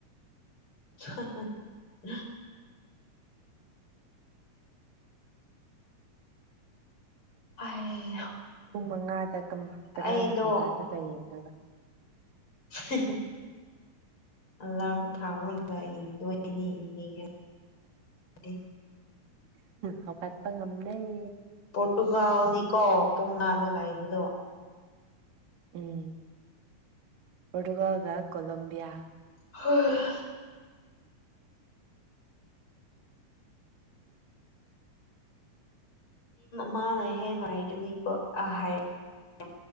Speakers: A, on the left; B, on the right.
A: <unintelligible> <unintelligible>
B: ꯄꯨꯡ ꯃꯉꯥꯗ ꯀꯅꯥꯅ
A: ꯑꯩꯗꯣ
B: ꯍꯧꯒꯗꯒ ꯌꯦꯡꯗꯣꯏꯕ
A: <unintelligible> ꯑꯂꯥꯔꯝ ꯊꯥꯃꯒ ꯌꯦꯡꯗꯣꯏꯅꯤ ꯌꯦꯡꯅꯤꯡꯉ ꯑꯗꯨꯗꯤ
B: ꯍꯧꯒꯠꯄ ꯉꯝꯅꯩ
A: ꯄꯣꯔꯇꯨꯒꯥꯜꯅꯤꯀꯣ ꯄꯨꯡ ꯅꯥꯗ ꯂꯥꯛꯏꯕꯗꯣ
B: ꯎꯝ ꯄꯣꯔꯇꯨꯒꯜꯒ ꯀꯣꯂꯣꯕꯤꯌꯥ
A: ꯍꯣꯏ ꯃꯅ ꯍꯦꯟꯅ ꯍꯥꯏꯗꯅꯤꯀꯣ ꯑ ꯍꯥꯏꯔ